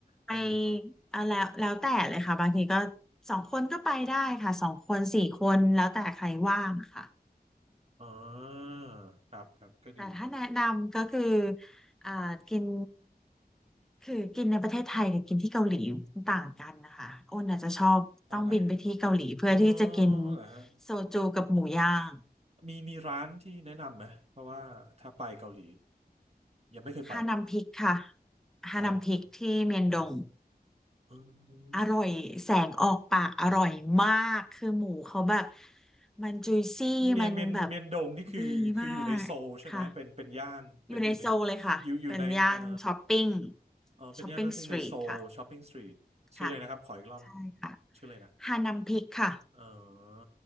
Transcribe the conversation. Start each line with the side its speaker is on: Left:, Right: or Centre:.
Right: ไปกี่คน
Centre: ไปเอาแล้วแล้วแต่เลยค่ะบางทีก็สองคนก็ไปได้ค่ะสองคนสี่คนแล้วแต่ใครว่างค่ะ
Right: อ๋อครับครับก็ดีนะ
Centre: แต่ถ้าแนะนำก็คืออ่ากินคือกินในประเทศไทยกับกินที่เกาหลีต่างกันนะคะอ้นอาจจะชอบต้องบินไปที่เกาหลีเพื่อที่จะกิน
Right: เพราะอะไรอะอ๋อเหรอฮะ
Centre: โซจูกับหมูย่าง
Right: มีมีร้านที่แนะนำไหมเพราะว่าถ้าไปเกาหลียังไม่เคยไปเลย
Centre: ฮานัมพิกค่ะฮานัมพิกที่เมียนดง
Right: เอาละอืมอื
Centre: อร่อยแสงออกปากอร่อยมากคือหมูเขาแบบ
Right: ม
Centre: มันจุยซี่มันแบบ
Right: เมียนเมียนเมียนดงนี่คือคืออยู่ในโซลใช่ไหมเป็นเป็นย่านเป็นอยู่ใน
Centre: ดีมากค่ะอยู่ในโซลเลยค่ะเป็นย่านช้อปปิ้ง
Right: อยู่อยู่ในเอ่อเออเป็นย่านที่ในโซลช้อปปิ้งสตรีทชื่อเลยนะครับขออีกรอบหนึ่ง
Centre: ช้อปปิ้งสตรีทค่ะค่ะ ใช่ค่ะ
Right: ชื่อเลยนะ
Centre: ฮานัมพิกค่ะ
Right: เออ